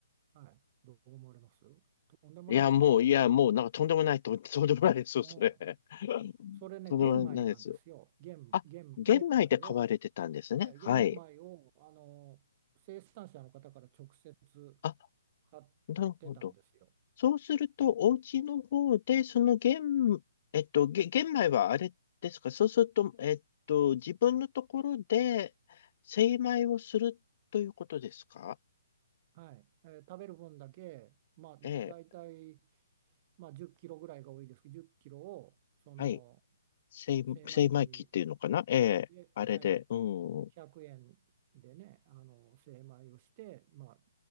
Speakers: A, on the right; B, on the left.
A: はい、どう思われますとんでもないですよね。
B: いや、もう、いや、もう、なんかとんでもない、と、とんでもないですよ、
A: うん、
B: それ。<laughs>
A: それね玄米なんですよ。
B: とんでもないですよ。
A: 玄、
B: あ、
A: 玄、
B: 玄米で買われてたんですね。
A: 玄米をはい、
B: はい。
A: 玄米をあの生産者の方から直接
B: あ、
A: 買っ
B: なるほど。
A: てたんですよ。
B: そうすると、お家の方で、その玄、えっと、げ玄米はあれですかそうすると、えっと、自分のところで精米をするということですか
A: はい、えー食べる分だけ、まあ、
B: ええ。
A: 大体、まあ、10キロぐらいが多いですけど、10キロをその
B: はい。精、
A: 精米機に
B: 精米機っていうのかなええ、
A: で、
B: あれで、
A: はい、
B: うん。
A: 100円でね、あの精米をして、まあ、